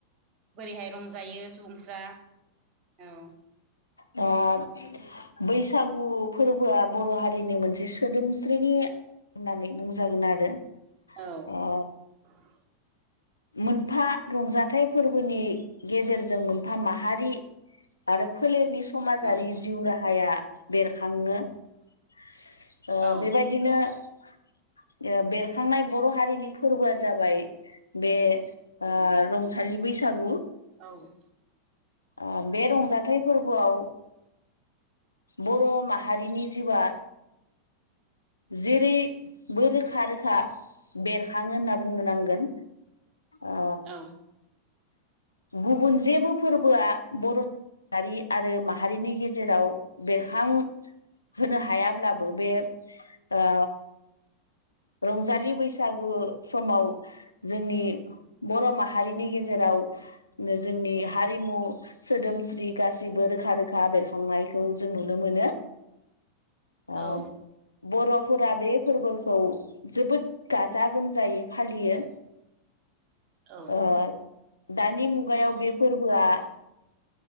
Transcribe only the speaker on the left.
<unintelligible> बैसागु फोरबोआ बर' हारिनि मोनसे सोदोमस्रिनि होननानै बुंजागोन आरो
ओ
मोनफा रंजाथाइ फोरबोनि गेजेरजों मोनफा माहारि आरो फोलेरनि समाजारि
जिउ राहाया बेरखाङो। ओ
बेबायदिनो ओ बेरखांनाय बर' हारिनि फोरबोआ जाबाय बे ओ रंसालि बैसागु।
ओ बे रंजाथाइ फोरबोआव बर' माहारिनि जिउआ जेरैबो रोखा रोखा बेरखाङो होनना बुंनो नांगोन ओ
गुबुन जेबो फोरबोआ बर' हारि आरो माहारिनि गेजे जेराव बेरखां होनो हायाब्लाबो बे ओ रंजालि बैसागु समाव जोंनि बर' माहारिनि गेजेराव जोंनि हारिमु सोदोमस्रि गासिबो रोखा रोखा बेरखा थांनायखौ जों नुनो मोनो
ओ बर'फोरा बे फोरबोखौ जोबोद गाजा गोमजायै फालियो
ओ दानि मुगायाव बे फोरबोआ